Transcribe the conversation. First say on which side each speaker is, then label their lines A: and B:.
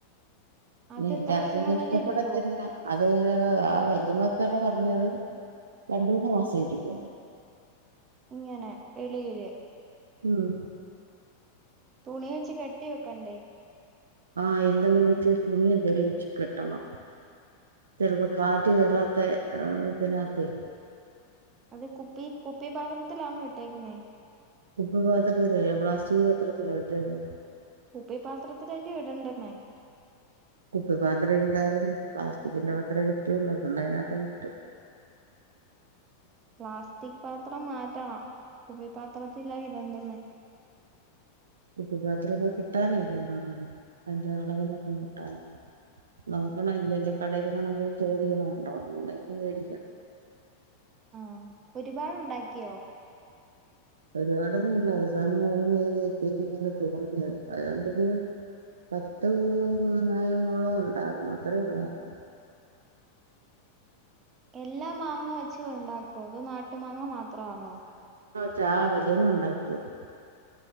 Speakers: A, on the right; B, on the right.
A: അത്
B: എല്ലാർക്കൊന്നും
A: എത്ര ദിവസം വേണേലും
B: ഇഷ്ടപ്പെടത്തില്ല
A: ഇരിക്കുവോ
B: അത് ആഹ് വല്യ ഇന്ന് <unintelligible> പറഞ്ഞത് രണ്ടുമൂന്ന് മാസം ഇരിക്കുന്ന്
A: ഇങ്ങനെ വെളിയില്
B: ഉം
A: തുണി വെച്ച് കെട്ടി വെക്കെണ്ടേ
B: ആഹ് എന്തെങ്കിലും വെച്ച് തുണി എന്തേലും വെച്ചുകെട്ടണം ചെലപ്പോ കാറ്റ് കേറാത്ത <unintelligible> തിനാത്തെ
A: അത് കുപ്പി കുപ്പി പാത്രത്തിലാണോ ഇട്ടു ട്ടേക്കുന്നെ
B: കുപ്പിപ്പാത്രത്തിലല്ല പ്ലാസ്റ്റിക് പാത്രത്തിലാ ഇട്ടേക്കുന്നെ.
A: കുപ്പി പാത്രത്തിലല്ലേ ഇടെണ്ടെന്നേ
B: കുപ്പി പാത്രം ഇല്ലായിര്ന്നു പ്ലാസ്റ്റിക്കിന്റെ പാത്രേ കിട്ടിയൊള്ളൂ അതുകൊണ്ടു പിന്നെ അയ്നത്ത് അങ്ങട്ട്
A: പ്ലാസ്റ്റിക് പാത്രം മാറ്റണം കുപ്പിപ്പാത്രത്തിലാ ഇടേണ്ടുന്നെ
B: കുപ്പിപ്പാത്രം ഇപ്പൊ കിട്ടാൻ ഇല്ലല്ലോന്ന് <unintelligible> നോക്കണം ഇല്ലല് കടയിലേങ്ങാണും പോയി ചോദിക്കണം ഉണ്ടോന്ന് ഉണ്ടെങ്കി മേടിക്കാം
A: ആ ഒരുപാടുണ്ടാക്കിയോ
B: ഒരുപാടൊന്നുല്ല അവസാനം <unintelligible> പിന്നെ ഇങ്ങനെ തോന്നിയത് അതുകൊണ്ടൊരു പത്തുമാങ്ങയോളം ഉണ്ടായിര്ന്നു അത്രേ ഉള്ളായിര്ന്നു
A: എല്ലാ മാങ്ങ വെച്ച് ഉണ്ടാക്കോ അതോ നാട്ട് മാങ്ങ മാത്രം ആന്നോ
B: ച്ചാ വല്യമ്മ ഉണ്ടാക്കിയത്